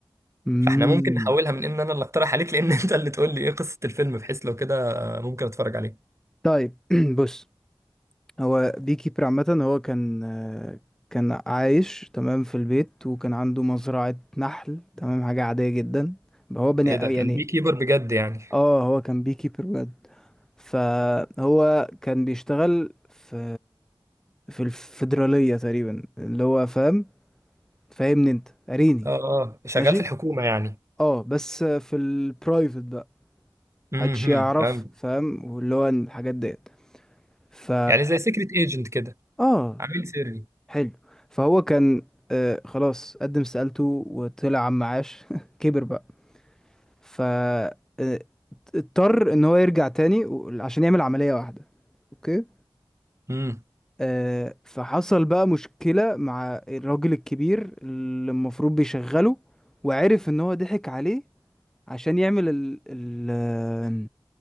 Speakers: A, in the centre; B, on the right.
A: امم
B: فاحنا ممكن نحولها من ان انا اللي اقترح عليك لان <laughs> انت اللي تقول لي ايه قصة الفيلم بحيث لو كده ممكن اتفرج عليه
A: طيب <clears throat> بص هو بي كيبر عامة هو كان آه، كان عايش تمام في البيت وكان عنده مزرعة نحل تمام حاجة عادية جدا هو بني
B: ايه
A: يعني
B: ده كان بي كيبر بجد يعني
A: اه هو كان بي كيبر بجد. فهو كان بيشتغل في في الفيدرالية تقريبا اللي هو فاهم فاهمني انت قاريني
B: اه اه شغال
A: ماشي
B: في الحكومة يعني
A: اه بس في البرايفت بقى
B: امم
A: محدش يعرف
B: فاهم
A: فاهم واللي هو الحاجات ديت ف
B: يعني زي سيكريت ايجنت كده
A: اه
B: عميل سري
A: حلو فهو كان آه خلاص قدم استقالته وطلع عم معاش <laughs> كبر بقى ف آه، اضطر ان هو يرجع تاني و- عشان يعمل عملية واحدة اوكي
B: امم
A: آه، فحصل بقى مشكلة مع الراجل الكبير اللي المفروض بيشغله وعرف ان هو ضحك عليه عشان يعمل ال ال